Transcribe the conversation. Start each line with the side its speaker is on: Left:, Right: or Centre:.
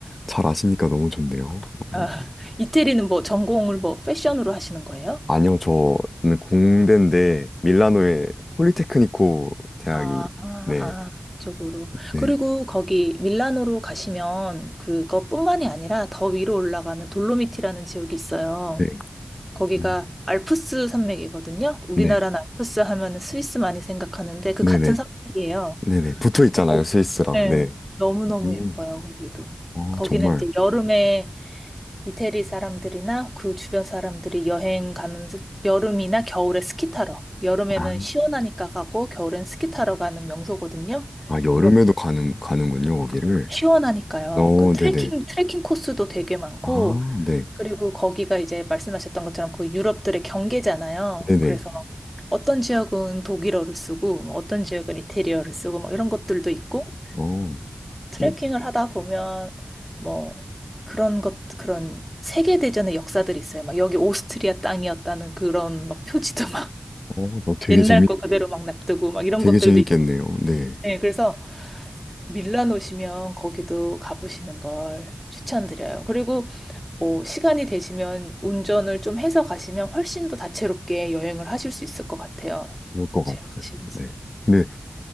Left: 잘 아시니까 너무 좋네요. 어.
Centre: 아, <laughs> 이태리는 뭐 전공을 뭐 패션으로 하시는 거예요?
Left: 아니요, 저는 공대인데, 밀라노의 폴리테크니코 대학이,
Centre: 아, 아,
Left: 네,
Centre: 아, 쪽으로.
Left: 네,
Centre: 그리고 거기 밀라노로 가시면 그것뿐만이 아니라 더 위로 올라가면 돌로미티라는 지역이 있어요.
Left: 네,
Centre: 거기가
Left: 어,
Centre: 알프스 산맥이거든요. 우리나라는
Left: 네,
Centre: 알프스 하면 스위스 많이 생각하는데 그
Left: 네네,
Centre: 같은 산맥이에요.
Left: 네네. 붙어 있잖아요,
Centre: 어,
Left: 스위스랑.
Centre: 네.
Left: 네.
Centre: 너무너무
Left: 음,
Centre: 예뻐요, 거기도.
Left: 아,
Centre: 거기는
Left: 정말.
Centre: 이제 여름에 이태리 사람들이나 그 주변 사람들이 여행 가는, 스- 여름이나 겨울에 스키 타러. 여름에는
Left: 아,
Centre: 시원하니까 가고, 겨울엔 스키 타러 가는 명소거든요.
Left: 아, 여름에도
Centre: 근데
Left: 가는, 가는군요, 거기를.
Centre: 시원하니까요.
Left: 어,
Centre: 그 트레킹,
Left: 네네.
Centre: 트레킹 코스도 되게 많고,
Left: 아, 네,
Centre: 그리고 거기가 이제 말씀하셨던 것처럼 그 유럽들의 경계잖아요.
Left: 네네.
Centre: 그래서 어떤 지역은 독일어를 쓰고, 뭐 어떤 지역은 이태리어를 쓰고, 막 이런 것들도 있고,
Left: 어,
Centre: 트레킹을
Left: 네.
Centre: 하다 보면 뭐 그런 것 그런 세계 대전의 역사들이 있어요. 막 여기 오스트리아 땅이었다는 그런 막 표지도 막
Left: 어, 너 되게
Centre: <laughs> 옛날
Left: 재밌,
Centre: 거 그대로 막 놔두고 막 이런
Left: 되게
Centre: 것들도
Left: 재밌겠네요.
Centre: 있-
Left: 네.
Centre: 네, 그래서 밀란 오시면 거기도 가보시는 걸 추천드려요. 그리고 뭐 시간이 되시면 운전을 좀 해서 가시면 훨씬 더 다채롭게 여행을 하실 수 있을 것 같아요.
Left: 그럴 것
Centre: 제가
Left: 같아요.
Centre: 가시면서.
Left: 네.